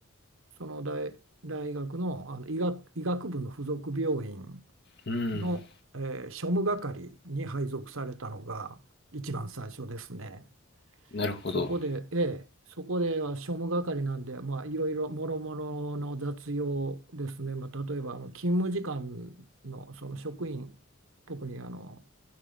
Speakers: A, on the right; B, on the left.
A: その大、大学の、あの医学、医学部の附属病院
B: うん。
A: の、えー庶務係に配属されたのが一番最初ですね。
B: なるほど。
A: そこで、ええ、そこでは庶務係なんで、まあ、いろいろもろもろの雑用ですね、まあ、例えばあの勤務時間の、その職員、特にあの